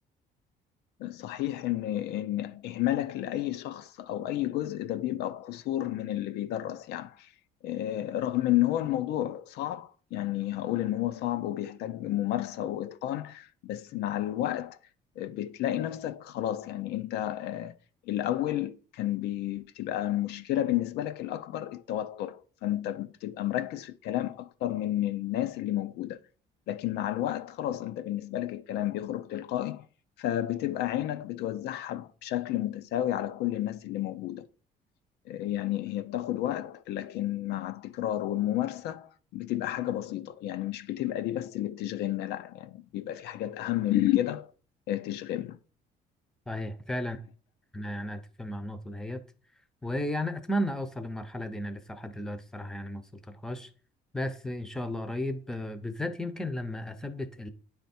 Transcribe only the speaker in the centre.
صحيح فعلا انا انا اتفق مع النقطه ديت ويعني اتمنى اوصل للمرحله دي انا لسه لحد دلوقتي الصراحه يعني ما وصلتلهاش بس ان شاء الله قريب آه، بالذات يمكن لما اثبت